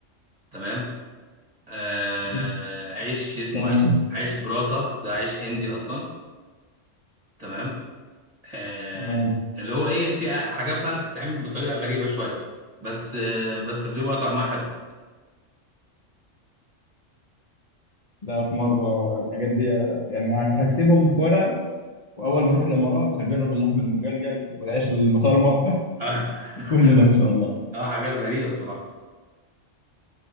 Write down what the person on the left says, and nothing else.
<laughs>
تمام
تمام
لا في مرة الحاجات دي يعني هك- هكتبهم في ورقة وأول ما أروح الإمارات هجرب اللحم المجلجل والعيش المطرمة <laughs>
وكل ده إن شاء الله